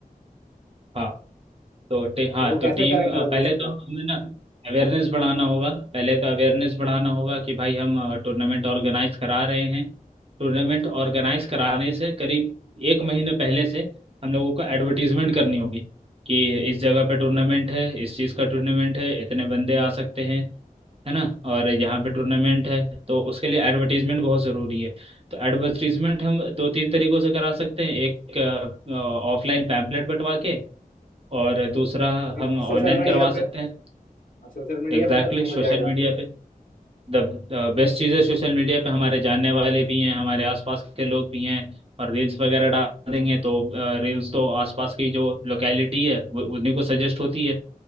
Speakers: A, on the right; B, on the left.
A: हाँ तो टे, हाँ
B: तो वो
A: तो
B: कैसे
A: टीम
B: करेंगे
A: अ,
B: रजिस्टर
A: पहले तो हमें ना अवेयरनेस बढ़ाना होगा पहले तो अवेयरनेस बढ़ाना होगा कि भाई हम टूर्नामेंट ऑर्गेनाइज करा रहे हैं टूर्नामेंट ऑर्गेनाइज कराने से करीब एक महीने पहले से हम लोगों को एडवर्टीजमेंट करनी होगी कि इस जगह पे टूर्नामेंट है इस चीज़ का टूर्नामेंट है इतने बंदे आ सकते हैं है ना और यहाँ पे टूर्नामेंट है तो उसके लिए एडवर्टीजमेंट बहुत ज़रूरी है तो एडवर्टीजमेंट हम दो तीन तरीकों से करा सकते हैं एक ऑफलाइन पैम्पलेट बंटवा के और दूसरा
B: एक
A: हम ऑनलाइन
B: सोशल मीडिया
A: करवा सकते
B: पे
A: हैं
B: हाँ सोशल मीडिया
A: एग्जैक्टली
B: पे तो
A: सोशल
B: हो जाएगा
A: मीडिया पे द बेस्ट चीज़ है सोशल मीडिया पे हमारे जानने वाले भी हैं हमारे आसपास के लोग भी हैं और रील्स वगैरह डाल देंगे तो रील्स तो आसपास की जो लोकेलिटी है वो उन्हीं को सजेस्ट होती है